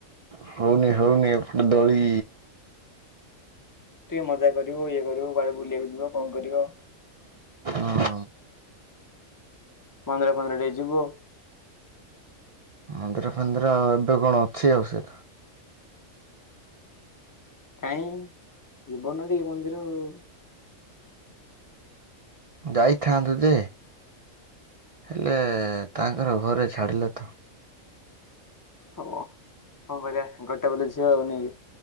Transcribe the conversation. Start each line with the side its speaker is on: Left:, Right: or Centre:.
Right: ହୋଉନି ହୋଉନି ଏପଟେ ଦୋଳି
Left: ଟିକେ ମଜା କରିବୁ ଇଏ କରିବୁ କୁଆଡେ ବୁଲିବାକୁ ଯିବ କଣ କରିବ।
Right: ହଁ।
Left: ମନ୍ଦିର ଫନ୍ଦିର ଟିକେ ଯିବୁ।
Right: ମନ୍ଦିରା ଫନ୍ଦିର ଏବେ ଆଉ କଣ ଅଛି ଆଉ ସେରା।
Left: କାଇଁ ଯିବୁ ନା ଟିକେ ମନ୍ଦିର ଆଉ।
Right: ଯାଇଥାନ୍ତୁ ଯେ <inaudible> ହେଲେ ତାଙ୍କର ଘରେ ଛାଡ଼ିଲେ ତ
Left: ହୋଉ କଂ କରିବା ଗୋଟେ ବୋଲି ଝିଅ ଆଉ ନେଇକି।